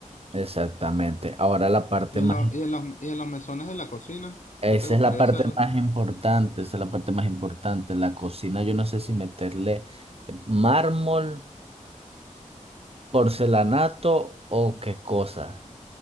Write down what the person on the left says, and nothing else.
¿Y en,
lo-
y en los, y en los mesones de la cocina?
¿Qué te gustaría
hacerle?